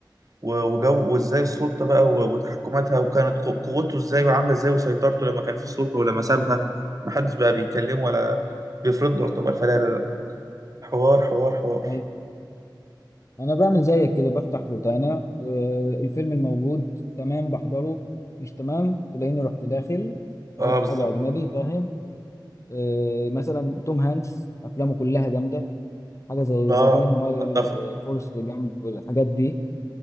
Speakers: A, on the right; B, on the left.
A: و- وجو وازاي السلطه بقى و- وتحكماتها وكانت قو- قوته ازاي وعامله ازاي وسيطرته لما كان في السلطه ولما سابها محدش بقى بيكلمه ولا بيفرض له اعتبار فلا لا لا، حوار حوار حوار
B: أيوة. أنا بعمل زيك كده بفتح روتانا آه، الفيلم الموجود تمام بحضره مش تمام تلاقيني رحت داخل
A: اه
B: هات
A: بالظبط
B: حاجة أجنبي فاهم آه، مثلا توم هانكس أفلامه كلها جامدة حاجة زي
A: اه
B: ذا جرين مايل
A: اتفق
B: آه، فورست جامب الحاجات دي